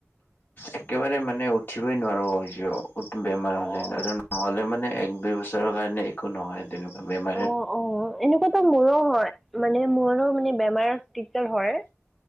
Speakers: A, on the left; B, in the centre.
A: একেবাৰে মানে উঠিবই নোৱাৰো হয় যাওঁ। বেমাৰ
B: অ',
A: হ'লে, <unintelligible> নহ'লে মানে এক- দুই বছৰৰ কাৰণে একো নহয় তেনেকুৱা বেমাৰ।
B: অ, অ, এনেকুৱাতো মোৰো হয়, মানে মোৰো মানে বেমাৰত দিগদাৰ হয়।